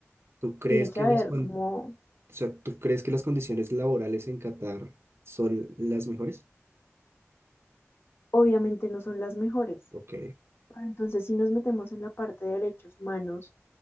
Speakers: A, on the right; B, on the left.
A: ¿Tú crees
B: Tiene que
A: que
B: haber
A: las, con-
B: como,
A: o sea, ¿tú crees que las condiciones laborales en Qatar son las mejores?
B: obviamente no son las mejores,
A: Ok,
B: pero entonces si nos metemos en la parte de derechos humanos,